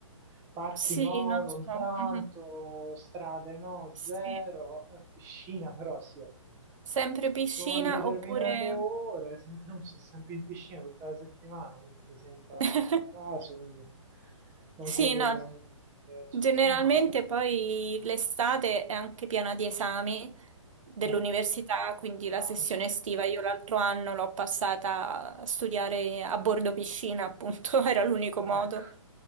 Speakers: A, on the right; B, on the right.
A: Parchi
B: sì,
A: no,
B: non
A: non
B: so.
A: tanto,
B: Mhm.
A: strade no,
B: Sì.
A: zero, piscina però sì, appunto. eh.
B: Sempre piscina
A: Sono in determinate
B: oppure...
A: ore, sempre, sono sempre in piscina tutta la settimana, non mi sembra tanto
B: <laughs>
A: il caso, quindi manco
B: Sì,
A: quella
B: no.
A: è eccezionale.
B: Generalmente poi l'estate è anche piena di esami dell'università,
A: Eh,
B: quindi
A: anche,
B: la sessione estiva io
A: anche.
B: l'altro anno l'ho passata a studiare a bordo piscina, appunto, <laughs> era l'unico
A: Ecco.
B: modo